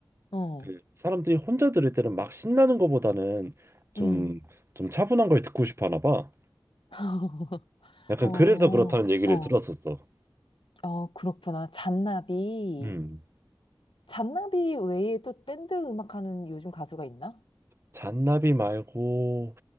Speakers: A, on the left; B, on the right.
A: 어,
B: 그 사람들이 혼자 들을 때는 막 신나는 거보다는 좀
A: 음.
B: 좀 차분한 걸 듣고 싶어 하나 봐.
A: <laughs>
B: 약간
A: 어,
B: 그래서 그렇다는 얘기를
A: 어,
B: 들었었어.
A: 어, 그렇구나. 잔나비.
B: 음.
A: 잔나비 외에 또 밴드 음악하는 요즘 가수가 있나?
B: 잔나비 말고